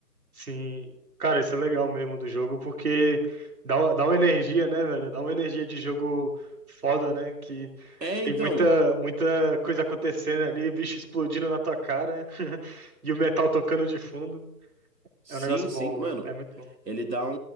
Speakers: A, on the right (about 60°); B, on the right (about 80°).
A: Sim, cara, isso é legal mesmo do jogo, porque dá uma, dá uma energia, né, velho? Dá uma energia de jogo foda, né? Que
B: É,
A: tem
B: então.
A: muita, muita coisa acontecendo ali, bicho explodindo na tua cara <laughs> e o metal tocando de fundo.
B: Sim,
A: É um negócio
B: sim,
A: bom,
B: mano.
A: mano. É muito bom.
B: Ele dá um,